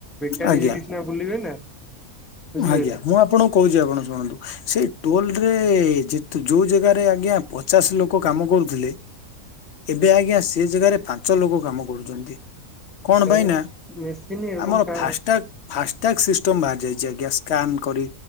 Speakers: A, in the centre; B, on the left.
A: ବେକାରୀ
B: ଆଜ୍ଞା
A: ହେଇ କିଛିନା ବୁଲିବେ ନା। ବୁଝିପାରିଲେ
B: ଆଜ୍ଞା ମୁଁ ଆପଣଙ୍କୁ କହୁଛି ଆପଣ ଶୁଣନ୍ତୁ ସେଇ ଟୋଲ ରେ ଯେଥି ଯୋଉ ଜାଗାରେ ଆଜ୍ଞା ପଚାଶ ଲୋକ କାମ କରୁଥିଲେ। ଏବେ ଆଜ୍ଞା ସେ ଜାଗାରେ ଫା ପାଞ୍ଚ ଲୋକ କାମ କରୁଛନ୍ତି। କଣପାଇଁନା
A: କାହିଁକିନା ମେସିନ୍ ଏବଂ
B: ଆମର
A: କା
B: ଫାଷ୍ଟଟାଗ ଫାଷ୍ଟଟ୍ୟାଗ ସିଷ୍ଟମ ବାହାରି ଯାଇ ଗ୍ୟାସ ସ୍କାନ କରି